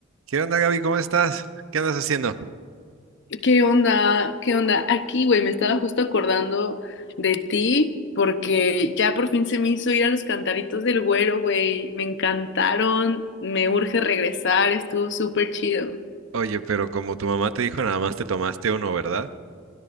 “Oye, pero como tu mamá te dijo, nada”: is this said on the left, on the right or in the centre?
Right